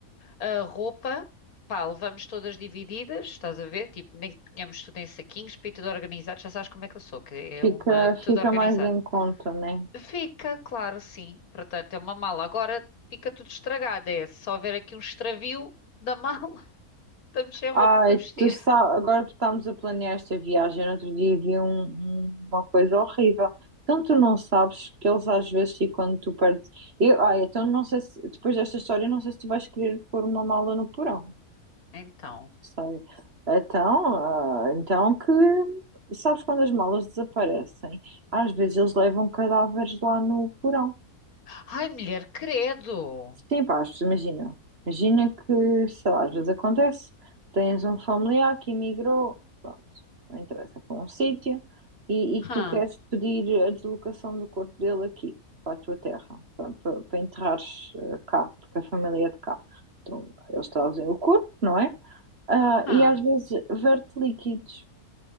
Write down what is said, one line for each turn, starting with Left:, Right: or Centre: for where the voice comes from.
Left: A roupa, pá, levamos todas divididas, estás a ver? Tipo, nem que ponhamos tudo em saquinhos, para ir tudo organizado, já sabes como é que eu sou, que é
Right: Fica,
Left: uma, tudo
Right: fica
Left: organizado.
Right: mais em conta, né?
Left: Fica, claro, sim. Portanto, é uma mala. Agora fica tudo estragado, é só ver aqui um extravio da mala, <laughs> estamos sem roupa
Right: Ai,
Left: para vestir.
Right: tu sabe, agora que estamos a planear esta viagem. No outro dia vi um- um- uma coisa horrível. Então tu não sabes que eles às vezes e quando tu perdes. Eu, ai, então não sei se depois desta história não sei se tu vais querer pôr uma mala no porão.
Left: Então,
Right: Sei. Então, ah, então que sabes quando as malas desaparecem? Às vezes eles levam cadáveres lá no porão.
Left: ai, mulher, credo!
Right: Sim, pá, as imagina. Imagina que, sei lá, às vezes acontece, tens um familiar que emigrou, pronto, não interessa, para um sítio, e, e
Left: Hã,
Right: que tu queres pedir a deslocação do corpo dele aqui, para a tua terra, para, para, para enterrares eh, cá, porque a família é de cá. Então, eles trazem o corpo, não é? Ah,
Left: hã.
Right: e às vezes verte líquidos.